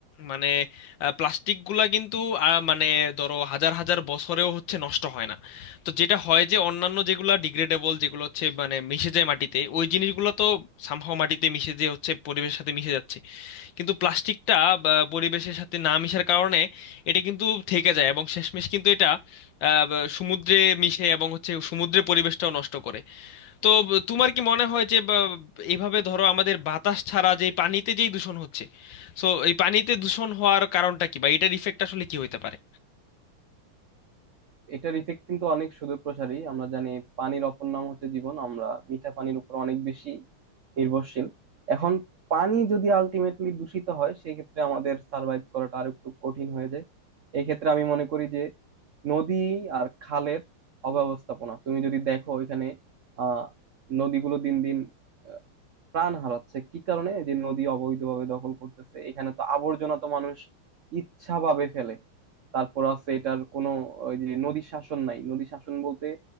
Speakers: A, on the left (about 70°); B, on the right (about 85°).
A: মানে প্লাস্টিক গুলা কিন্তু আহ, মানে ধরো হাজার হাজার বছরেও হচ্ছে নষ্ট হয় না তো যেটা হয় যে অন্যান্য যেগুলো ডিগ্রেডেবল যেগুলো হচ্ছে মানে মিশে যায় মাটিতে ওই জিনিসগুলো তো সামহাও মাটিতে মিশে যেয়ে হচ্ছে পরিবেশের সাথে মিশে যাচ্ছে কিন্তু প্লাস্টিকটা পরিবেশের সাথে না মিশার কারণে এটা কিন্তু থেকে যায় এবং শেষমেশ কিন্তু এটা আহ, বা- সমুদ্রে মিশে এবং হচ্ছে সমুদ্রের পরিবেশটাও নষ্ট করে তো ব- তোমার কি মনে হয় যে বা, এইভাবে ধরো আমাদের বাতাস ছাড়া যে পানিতে যেই দূষণ হচ্ছে সো এই পানিতে দূষণ হওয়ার কারণটা কি বা এটার ইফেক্ট আসলে কি হতে পারে
B: এটার ইফেক্ট কিন্তু অনেক সুদূরপ্রসারী আমরা জানি পানির অপর নাম হচ্ছে জীবন আমরা মিঠা পানির উপর অনেক বেশি নির্ভরশীল এখন পানি যদি আলটিমেটলি দূষিত হয় সেক্ষেত্রে আমাদের সার্ভাইভ করাটা আর একটু কঠিন হয়ে যায় এক্ষেত্রে আমি মনে করি যে নদী আর খালের অব্যবস্থাপনা তুমি যদি দেখো ওইখানে আহ নদীগুলো দিন দিন আহ, প্রাণ হারাচ্ছে কি কারণে এই যে নদী অবৈধভাবে দখল করতেছে এখানে তো আবর্জনা তো মানুষ ইচ্ছাভাবে ফেলে তারপর আছে এটার কোনো ওই যে নদী শাসন নাই নদী শাসন বলতে